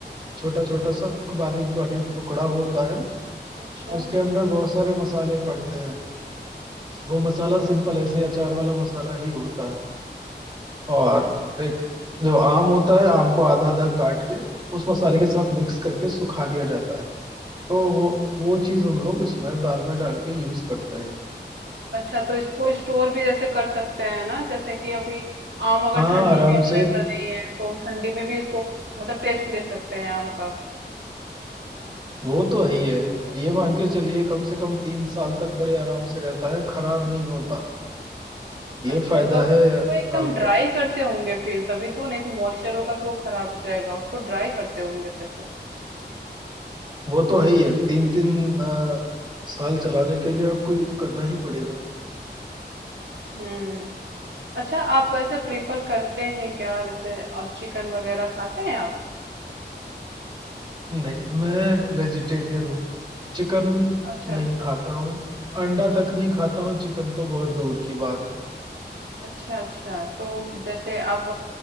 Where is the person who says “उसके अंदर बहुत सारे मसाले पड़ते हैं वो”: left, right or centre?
Right